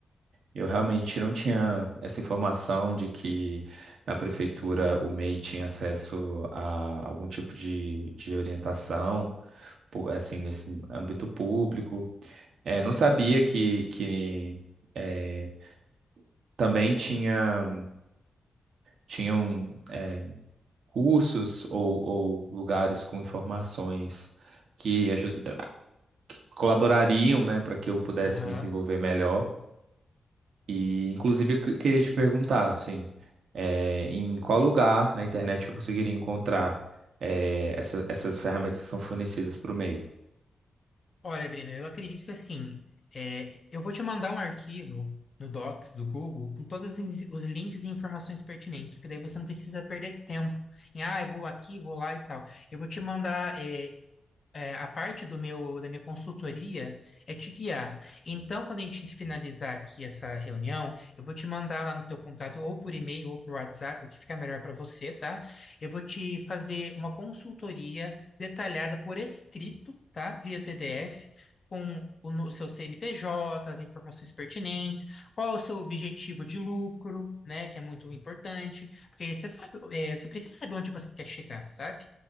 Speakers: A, on the right; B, on the left.
A: Eu realmente não tinha essa informação de que na prefeitura o MEI tinha acesso a algum tipo de, de orientação, pu- assim, nesse âmbito público. É, não sabia que, que é, também tinha, tinham é, cursos ou, ou lugares com informações que, aju- que colaborariam, né, para que eu pudesse
B: Aham.
A: me desenvolver melhor. E, inclusive, eu que- queria te perguntar, assim, eh, em qual lugar na internet eu conseguiria encontrar eh, essa- essas ferramentas que são fornecidas para o MEI?
B: Olha, Brina, eu acredito que assim, é, eu vou te mandar um arquivo no Docs do Google com todos os in- os links e informações pertinentes, porque daí você não precisa perder tempo em, ah, eu vou aqui, vou lá e tal. Eu vou te mandar, é, é, a parte do meu, da minha consultoria é te guiar. Então, quando a gente finalizar aqui essa reunião, eu vou te mandar lá no teu contato, ou por e-mail, ou por WhatsApp, o que ficar melhor para você, tá? Eu vou te fazer uma consultoria detalhada por escrito, tá? Via PDF. Com o, no- o seu CNPJ, as informações pertinentes, qual é o seu objetivo de lucro, né? Que é muito importante, porque você sabe, é, você precisa saber onde você quer chegar, sabe?